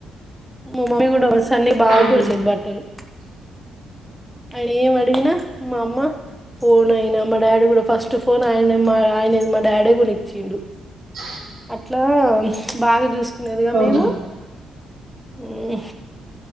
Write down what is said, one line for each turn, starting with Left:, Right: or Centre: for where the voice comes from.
Centre: మా మమ్మీ కూడాస అన్ని బాగా
Right: ఉహు
Centre: గురిసేది బట్టలు ఆయన ఏమి అడిగినా మా అమ్మ ఫోన్ అయినా మా డాడీ కూడా ఫస్ట్ ఫోన్ ఆయన మా ఆయన మా డాడే కూడా ఇచ్చిండు
Right: అ
Centre: అట్లా బాగా చూసు కునేదిగా
Right: అవునా
Centre: మేము ఉ